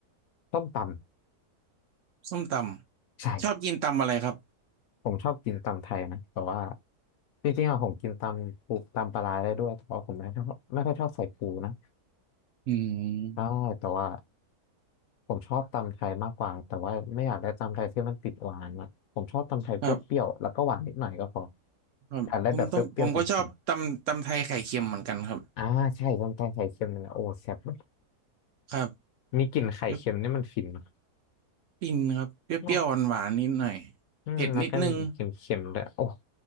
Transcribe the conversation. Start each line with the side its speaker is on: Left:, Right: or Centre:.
Left: ส้มต
Right: ส้มตำชอบกินตำอะไรครับ
Left: ำใช่ผมชอบกินตำไทยนะแต่ว่าจริงๆอะผมกินตำปูตำปลาร้าได้ด้วยแต่ว่าผมไม่ชอบไม่ค่อยชอบใส่ปูนะ
Right: อืม
Left: ใช่แต่ว่าผมชอบตำไทยมากกว่าแต่ว่าไม่อยากได้ตำไทยที่มันติดหวานอะผมชอบตำไทยเปรี้ยวๆแล้วก็หวานนิดหน่อยก็พอ
Right: ครับครับผมต้มผมก็ชอบตำตำไทยไข่เค็มเหมือนกันครับ
Left: อยากได้แบบเปรี้ยวๆจริงๆอ่าใช่ตำไทยไข่เค็มนี่แหละโอ้แซ่บเลย
Right: ครับ
Left: มีกลิ่นไข่เค็มนี่มันฟินเน
Right: เปรี้ยวปิ้นครับเปรี้ยวๆหวานๆนิดหน่อย
Left: อะอืมแล้วก็เค็มๆด้วยโอ้
Right: เผ็ดนิดนึง